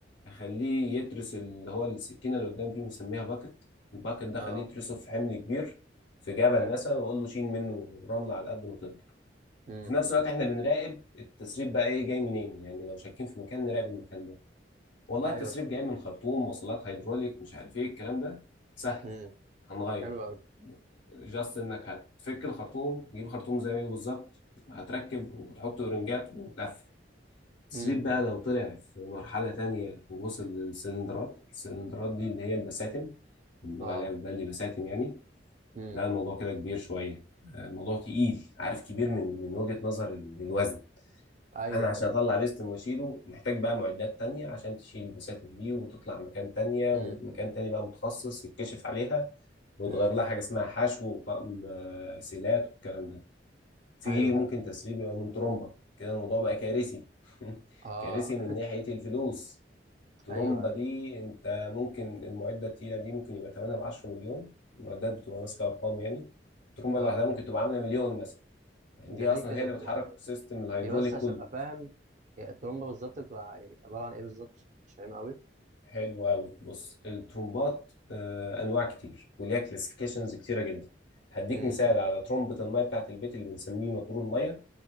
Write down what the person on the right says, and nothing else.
اه
حلو
امم
أمم.
ايوه
فهمت.
امم
حلو قوي
امم
أمم.
اه
امم
ايوه
ايوه
امم
أمم.
أمم.
ايوه
اه
ايوه أيوه،
اه
اه
ده
ليه
كده
بتبقى
هي بس عشان
ابقى فاهم هي الترومبه بالظبط بتبقى يعني عباره عن ايه بالظبط مش مش فاهم قوي
امم
إمم.